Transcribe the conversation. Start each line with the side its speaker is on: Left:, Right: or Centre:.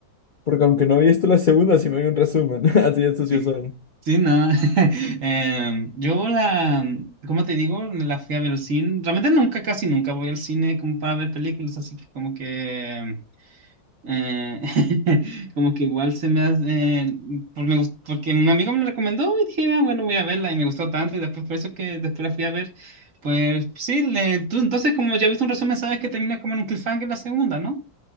Left: porque aunque no había visto la segunda, sí me vi un resumen. <laughs> Así de sucio
Right: sí.
Left: soy.
Right: Sí, no. <laughs> Em, yo la, ¿cómo te digo? La fui a ver al cine. Realmente nunca, casi nunca voy al cine como para ver películas, así que como que, eh, <laughs> como que igual se me hace, eh, por- me gust- porque un amigo me lo recomendó y dije, ah, bueno, voy a verla y me gustó tanto y después por eso que después la fui a ver. Pues sí, le- tú- entonces como ya viste un resumen, sabes que termina como en un cliffhanger la segunda, ¿no?